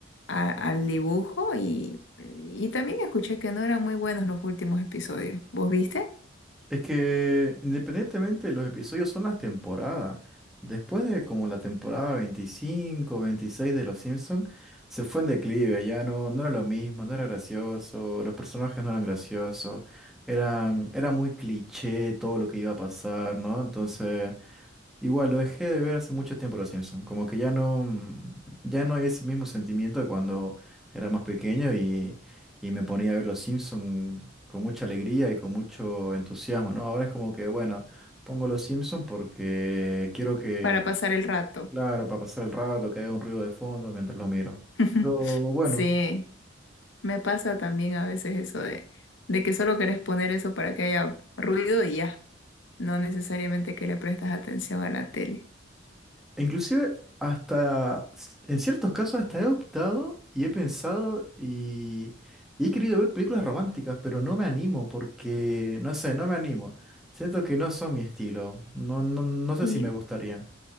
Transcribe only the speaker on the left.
a- al dibujo y, y también escuché que no eran muy buenos los últimos episodios. ¿Vos viste?
Para pasar el rato.
<laughs>
Sí, me pasa también a veces eso de, de que solo querés poner eso para que haya ruido y ya, no necesariamente que le prestas atención a la tele.
Sí.